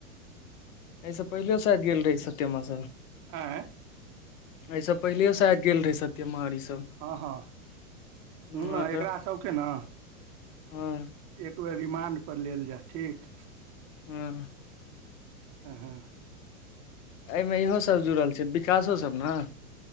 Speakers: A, on the left; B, on the right.
A: एहिसँ पहिलेयो साइद गेल रहै सत्यमा सब
B: आँय
A: एहिसँ पहिलेयो साइद गेल रहै सत्यमा और ईसभ
B: हँ हँ सुनू
A: हँ
B: ने एकरा सबके ने
A: हँ
B: एक बेर रिमांड पर लेल जाए ठीक
A: हूँ
B: आहाँ
A: एहिमे इहोसभ जुड़ल छय विकासोसभ ने